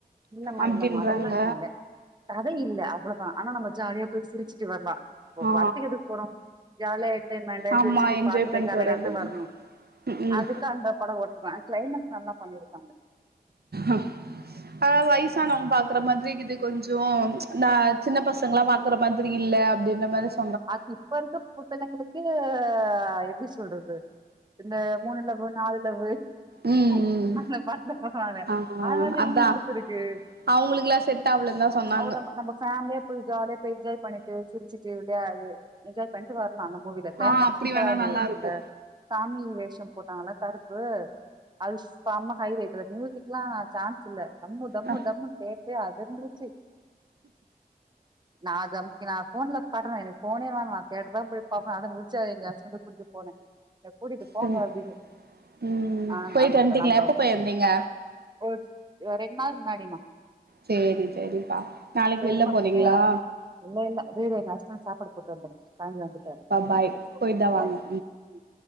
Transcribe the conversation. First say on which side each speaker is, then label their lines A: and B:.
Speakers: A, on the right; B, on the right.
A: இல்லமா
B: அப்டின்றாங்க
A: இல்லமா அதல்லா இல்ல கதை‌ இல்ல அவ்ளதா ஆனா நம்ப ஜாலியா போய் சிரிச்சிட்டு வர்லா போ
B: ஆ
A: படத்கு எதுக் போறோ ஜாலியா என்டைர்மண்டு
B: ஆமா
A: சிரிச்டு
B: என்ஜாய்
A: <unintelligible>
B: பண்ட்டு வர அப்டின்
A: வரணூ
B: ம் ம்
A: அதுக்கந்த படோ ஒர்த்துதா க்ளைமக்ஸ் நல்லா பண்ணிருகாங்க
B: அ அதாவது வயசானவங் பாக் க்ற மாத்ரி கிது கொஞ்சு நா சின்ன பசங்ளா பாக்குற மாத்ரி இல்ல அப்டின்ற மாரி ஸ்
A: அத் இப்பருக்க புட்டளைங்ளுக்கு ஆ எப்டி சொல்றது இந்த மூணு லவ்வு நாலு லவ்வு <unintelligible>
B: ம் ம்
A: அதனால
B: ஆ
A: தா இவங்ள
B: அதா
A: புடிச்சிருக்கு
B: அவங்களுக்குல்லா செட் ஆவலன்தா சொன்னாங்க
A: அவதம் நம்ம ஃபேம்லியா போய் ஜாலியா போய் என்ஜாய் பண்ணிட்டு சிரிச்சுட்டு என்ஜாய் பண்ட்டு வ ல அந்த மூவில கிளைமேக்ஸ்
B: ஆ அப்டி
A: சூப்பராருந்தது
B: வேணா நல்லா இருக்கு
A: அந்த சாமி வேஷம் போட்டாங்கல கருப்பு அது சம ஹைலேட்டு மியூசிக்கெல்லா சான்ஸ் இல்ல டம்மு டம்மு
B: ஆ
A: டம்மு தேட்ரே ஆ ரண்ட்ரிச்சி நா அது அம்கினா ஃபோன்லப் காட்டுனா எனக்கு ஃபோனே வேணா தேட்டர்தா போய் <unintelligible> அத முடிச்ச எங்க ஹஸ்பண்ட கூட்டிட்டு போனே எ கூட்டிட்டு போங்க
B: சரி
A: அப்டினு
B: ம்
A: ஆ
B: போயிட்டு
A: நம்பக்
B: வந்ட்டீங்களா
A: நம்ப
B: எப்ப போயிருந்தீங்க
A: ஒர் ஒ ரெண் நாள் முன்னாடிமா
B: செரி செரிப்பா நாளைக்க
A: சரிமா
B: வெள்ல போறீங்ளா
A: இல்ல இல்ல இரு எங்க ஹஸ்பண்ட் சாப்பாடு போட்டு வந்துற <unintelligible> வந்துட்டா
B: பாய்
A: ஓக்கே
B: போயிட்டு
A: மா
B: தா வாங்க
A: பாய் ம்